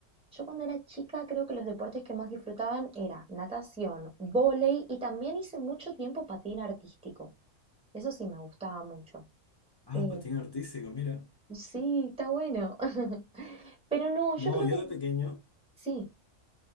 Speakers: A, in the centre; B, on the left.
A: Yo cuando era chica creo que los deportes que más disfrutaban era natación, vóley y también hice mucho tiempo patín artístico. Eso sí me gustaba mucho.
B: Ah,
A: Eh,
B: patín artístico, mira.
A: sí, está bueno. <laughs> Pero no, yo
B: No,
A: creo
B: yo
A: que
B: de pequeño.
A: sí.